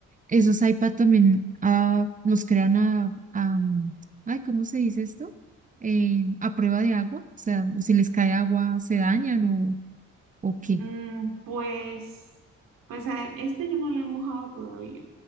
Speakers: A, on the right; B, on the right.
A: esos iPad también ah, los crean a, a, mm, ay, ¿cómo se dice esto? Eh, a prueba de agua, o sea, si les cae agua, ¿se dañan o, o qué?
B: Mm, pues, pues a este yo no lo he mojado todavía,